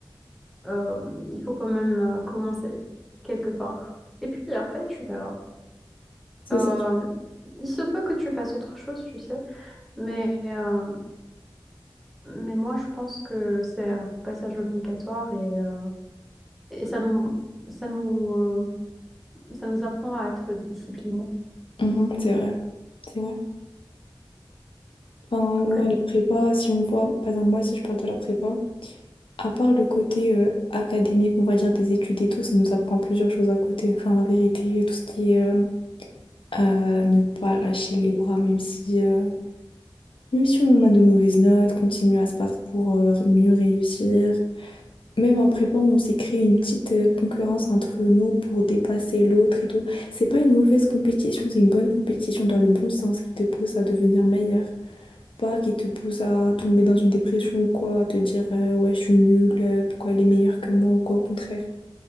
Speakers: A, in the centre; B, on the left.
A: euh, il faut quand même euh, commencer quelque part. Et puis après, tu verras.
B: c'est
A: Euh,
B: ça. C'est
A: il se peut que tu fasses autre chose, tu sais, mais, euh, mais moi, je pense que c'est un passage obligatoire et, euh, et ça nous, ça nous, euh, ça nous apprend à être disciplinés.
B: ça. Mhm, c'est vrai, c'est vrai. Enfin,
A: Après,
B: ouais, la prépa, si on voit, par exemple, moi, si je parle de la prépa, à part le côté euh, académique, on va dire des études et tout, ça nous apprend plusieurs choses à côté. Enfin, la vérité, tout ce qui est euh, euh, ne pas lâcher les bras, même si, euh, même si on a de mauvaises notes, continuer à se battre pour euh, mieux réussir. Même en prépa, on s'est créé une petite euh, concurrence entre nous pour dépasser l'autre et tout. C'est pas une mauvaise compétition, c'est une bonne compétition dans le bon sens qui te pousse à devenir meilleur. Pas qui te pousse à tomber dans une dépression ou quoi, à te dire euh, ouais, je suis nulle, euh, pourquoi elle est meilleure que moi ou quoi, au contraire.